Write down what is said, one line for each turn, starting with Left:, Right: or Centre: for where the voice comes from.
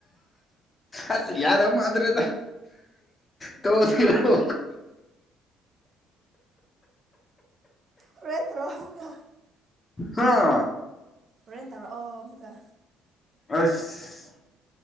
Left: ꯑꯁ ꯌꯥꯗꯕ ꯃꯥꯗ꯭ꯔꯦꯗ ꯇꯣꯁꯤꯔꯑꯣ
Right: ꯍꯔꯦ ꯇꯧꯔꯣ
Left: ꯍ
Right: ꯍꯦꯟꯟ ꯇꯧꯔꯣ ꯑ ꯃꯨꯒ
Left: ꯑꯁ